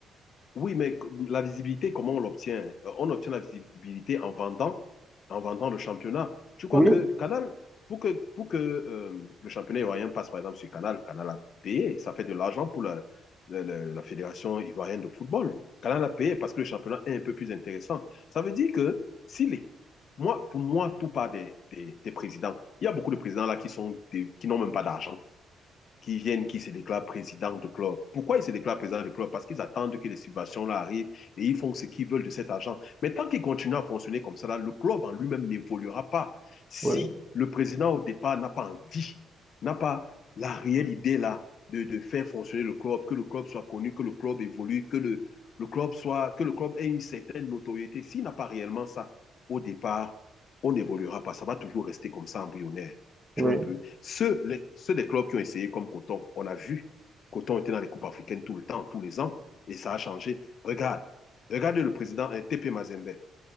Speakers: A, on the left (about 60°); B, on the right (about 20°).
A: Oui, mais la visibilité, comment on l'obtient? Euh, On obtient la visibilité en vendant, en vendant le championnat. Tu crois
B: Oui,
A: que Canal, pour que, pour que euh, le championnat ivoirien passe par exemple sur Canal, Canal a payé, ça fait de l'argent pour la, la, la- la Fédération ivoirienne de football. Canal a payé parce que le championnat est un peu plus intéressant. Ça veut dire que si les, moi, pour moi, tout part des, des, des présidents. Il y a beaucoup de présidents là qui sont des- qui n'ont même pas d'argent qui viennent, qui se déclarent président de club. Pourquoi ils se déclarent président de club Parce qu'ils attendent que les subventions-là arrivent et ils font ce qu'ils veulent de cet argent. Mais tant qu'ils continuent à fonctionner comme ça, là, le club en lui-même n'évoluera pas. Si
B: oui,
A: le président au départ n'a pas envie, n'a pas la réelle idée là de, de, faire fonctionner le club, que le club soit connu, que le club évolue, que le, le club soit, que le club ait une certaine notoriété, s'il n'a pas réellement ça au départ, on n'évoluera pas. Ça va toujours rester comme ça embryonnaire.
B: oui.
A: Tu vois un peu. Ceux, les- ceux des clubs qui ont essayé comme Coton, on a vu, Coton était dans les coupes africaines tout le temps, tous les ans, et ça a changé. Regarde, regarde le président euh, TP Mazembe.